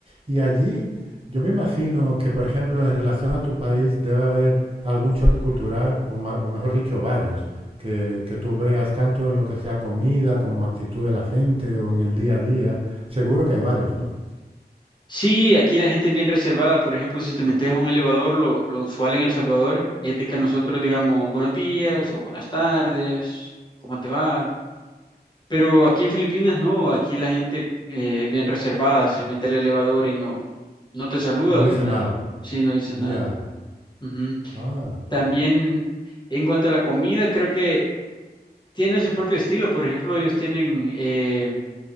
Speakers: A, on the right; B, on the left.
A: Y allí, yo me imagino que, por ejemplo, en relación a tu país, debe haber algún choque cultural, o, ma- o mejor dicho, varios, que, que tú veas tanto en lo que sea comida como actitud de la gente o en el día a día. Seguro que hay varios, ¿no?
B: Sí, aquí la gente es bien reservada. Por ejemplo, si te metes a un elevador, lo, lo usual en El Salvador es de que nosotros digamos buenos días o buenas tardes, ¿cómo te va? Pero aquí en Filipinas no, aquí la gente eh, es bien reservada, se mete al elevador y no, no te saluda
A: No dice
B: ni nada.
A: nada.
B: Sí, no dice nada.
A: Ya.
B: Ujú.
A: Ah.
B: También
A: y-
B: en cuanto a la comida, creo que tienen su propio estilo. Por ejemplo, ellos tienen, eh,